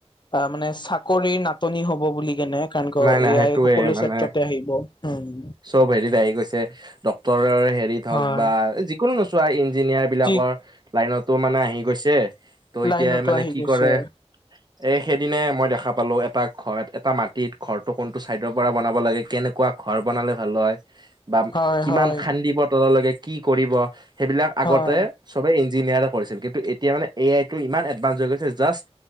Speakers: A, on the left; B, on the right.
A: আ মানে চাকৰিৰ নাটনি হব বুলি কেনে কাৰণ ক
B: নাই নাই
A: এয়াই
B: সেইটোয়ে
A: সকলো
B: মানে
A: ক্ষেত্ৰতে আহিব। উম।
B: চব হেৰিত আহি গৈছে ডক্তৰৰ হেৰিত
A: হয়
B: হওক বা যিকোনো নোচোৱা ইঞ্জিনিয়াৰ বিলাকৰ
A: ঠিক
B: লাইনতো মানে আহি গৈছে ত'
A: লাইনতো
B: এতিয়া মানে
A: আহি
B: কি
A: গৈছে
B: কৰে
A: হয়
B: এ সেইদিনাই মই দেখা পালো এটা ঘৰ, এটা মাটিত ঘৰটো কোনটো চাইডৰ পৰা বনাব লাগে, কেনেকুৱা ঘৰ বনালে ভাল হয় বা
A: হয়
B: কিমান
A: হয়
B: খান্দিব তললৈকে কি কৰিব সেইবিলাক আগতে
A: হয়
B: সবেই ইঞ্জিনিয়াৰে কৰিছিল কিন্তু এতিয়া মানে এ আইটো ইমান এডভানঞ্চ হৈ গৈছে জাষ্ট